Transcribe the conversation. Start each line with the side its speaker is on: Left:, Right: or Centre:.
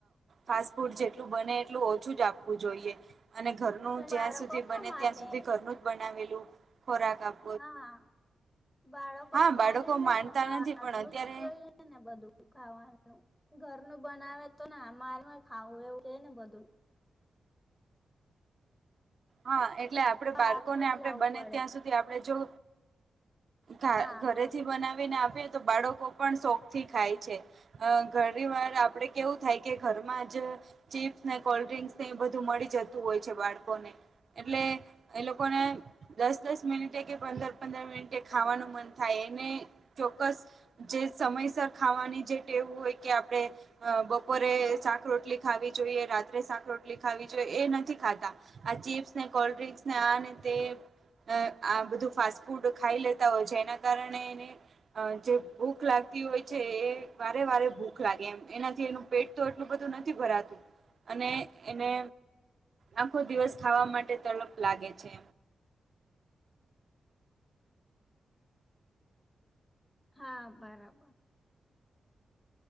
Right: ફાસ્ટ ફૂડ જેટલું બને એટલું ઓછું જ આપવું જોઈએ. અને ઘરનું
Left: પણ
Right: જ્યાં
Left: બાળકો
Right: સુધી
Left: ક્યાં
Right: બને
Left: માને
Right: ત્યાં સુધી ઘરનું જ બનાવેલું, ખોરાક આપ.
Left: હા! બાળકો
Right: હા
Left: પણ માને
Right: બાળકો
Left: નઈ
Right: માનતા
Left: ને, બહાર
Right: નથી પણ
Left: નું
Right: અત્યારે
Left: જોઈ. ને બધું ખાવાનું. ઘરનું બનાવે તો ને આ મારમાં ખાવું એવું કે ને બધું.
Right: હા! એટલે આપડે
Left: બહારનું
Right: બાળકોને આપડે
Left: જ લાવું
Right: બને
Left: પડે
Right: ત્યાં સુધી આપડ જો. ઘ
Left: હા
Right: ઘરેથી
Left: બરાબર.
Right: બનાવીને આપએ તો, બાળકો પણ શોખ થી ખાય છે. અ ઘણી વાર આપડે કેવું થાય કે, ઘરમાં જ. ચીપ્સ ને, કોલ્ડ્રિંકસ ને એ બધું મળી જતું હોય છે બાળકો ને. એટલે એ લોકોને. દસ દસ મિનિટે કે પંદર પંદર મિનિટે ખાવાનું મન થાય. એને ચોક્કસ જે સમયસર ખાવાની જે ટેવું હોય કે આપડણે. અ બપોરે શાક રોટલી ખી જોઈએ. રાત્રે શાક રોટલી ખી જોઈએ. એ નથી ખાતા. આ ચીપ્સ ને, કોલ્ડ્રિંકસ ને આ તે. અ આ બધું ફાસ્ટ ફૂડ ખાઈ લેતા હોય છે. એના કારણે એને. અ જે ભૂખ લાગતી હોય છે. એ વારે વારે ભૂખ લાગે એમ. એનાથી એનું પેટ. એટલું બધું નથી ભરાતું. અને એને આખો દિવસ ખાવા માટે. તડક લાગે છે.
Left: હા! બરાબર.